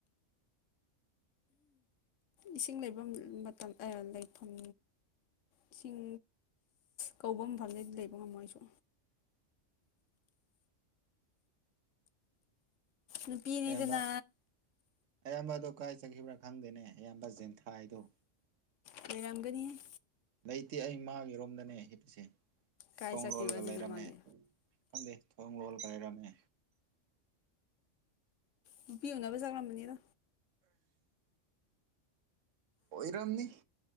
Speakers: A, on the left; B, on the right.
A: ꯏꯁꯤꯡ ꯂꯩꯐꯝ ꯃꯇꯝ ꯂꯩꯐꯝ ꯏꯁꯤꯡ ꯀꯧꯕ ꯃꯐꯝꯗꯩꯗꯤ ꯂꯩꯕ ꯉꯝꯃꯣꯏꯁꯨ ꯅꯨꯄꯤꯅꯤꯗꯅ
B: ꯑꯝꯕ ꯑꯌꯥꯝꯕ ꯑ ꯑꯀꯥꯏ ꯆꯈꯤꯕ꯭ꯔꯥ ꯈꯪꯗꯦꯅꯦ ꯑꯌꯥꯝꯕ ꯖꯦꯟꯊꯥꯏꯗꯨꯣ
A: ꯀꯔꯪꯒꯅꯤꯌꯦ
B: ꯂꯩꯇꯦ ꯑꯩ ꯃꯥꯒꯤꯔꯣꯝꯗꯅꯦ ꯍꯤꯞꯄꯤꯁꯦ
A: ꯀꯥꯏ
B: ꯊꯣꯡ
A: ꯆꯠꯈꯤꯕ
B: ꯂꯣꯜꯂꯒ
A: ꯑꯗꯨꯗꯤ
B: ꯂꯩꯔꯝꯃꯦ
A: ꯃꯥꯗꯤ
B: ꯈꯪꯗꯦ ꯊꯣꯡꯒꯣꯜ ꯀꯥꯏꯔꯃꯦ
A: ꯅꯨꯄꯤꯤꯌꯅꯅꯕ ꯆꯛꯂꯝꯕꯅꯤꯗ
B: ꯑꯣꯏꯔꯝꯅꯤ